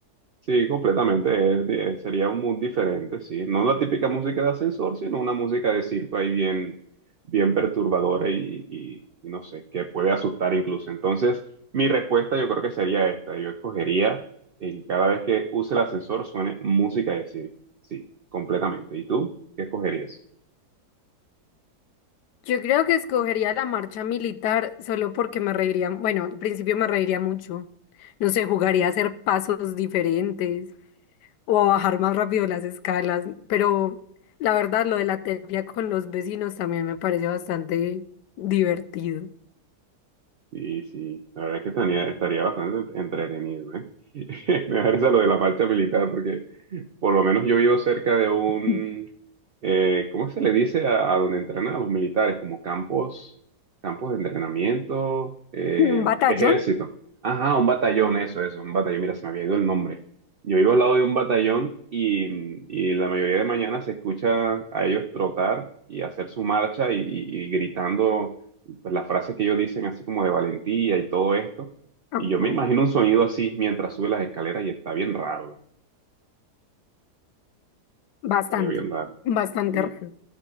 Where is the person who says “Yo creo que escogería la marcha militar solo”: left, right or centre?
Left